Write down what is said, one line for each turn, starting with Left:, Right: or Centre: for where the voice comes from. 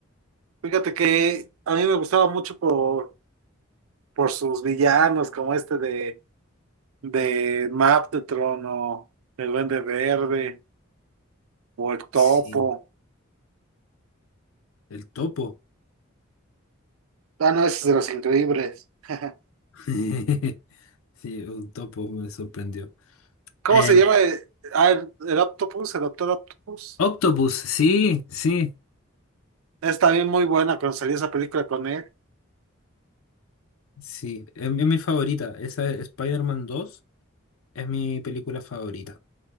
Right: Fíjate que a mí me gustaba mucho por, por sus villanos, como este de, de Maptron o el Duende Verde o el Topo.
Left: Sí, el topo.
Right: Ah, no, ese es de los increíbles. <laughs>
Left: <laughs> Sí, un topo me sorprendió.
Right: ¿Cómo
Left: Em,
Right: se llama? eh? Ah, el, el Octopus, el Doctor Octopus.
Left: Octopus, sí, sí,
Right: Está bien muy buena cuando salió esa película con él.
Left: sí, es, es mi favorita. Esa es Spider-Man 2 es mi película favorita